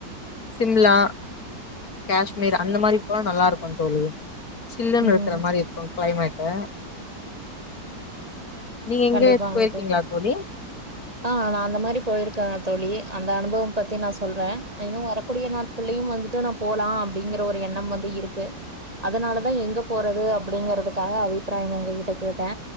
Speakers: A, on the left (about 55°); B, on the right (about 20°).
A: சிம்லா கேஷ்மீர் அந்த மாரி போனா நல்லா இருக்கு தோழி சில்லுன்னு
B: ம்
A: இருக்கிற மாரி இருக்கு கிளைமேட்டு நீங்க எங்க
B: கண்டிப்பாங்க
A: போயிருக்கீங்களா தோழி
B: ஆ நா அந்த மாரி பொயிருக் கே தோழி அந்த அனுபவம் பத்தி நா சொல்றே இன்னு வரக்கூடிய நாட்களயு வந்துட்டு நா போலா அப்டி ங்கிற ஒரு எண்ணம் வந்து இருக்கு அதனாலதா எங்க போறது அப்டிங்கறதுக்காக அபிப்பிராயம் உங்ககிட்ட கேட்டே